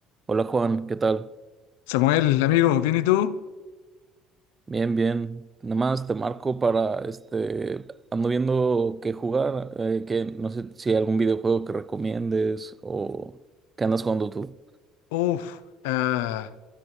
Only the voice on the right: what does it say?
Hola Juan, ¿qué tal?
Bien, bien. Nada más te marco para, este, ando viendo qué jugar, eh, que no sé si hay algún videojuego que recomiendes o qué andas jugando tú.